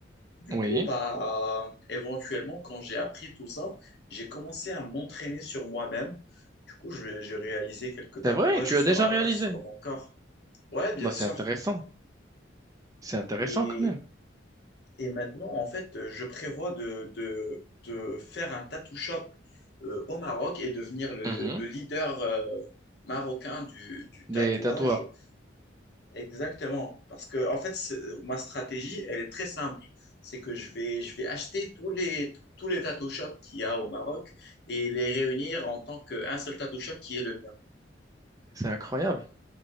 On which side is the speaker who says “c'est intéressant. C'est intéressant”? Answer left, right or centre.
Right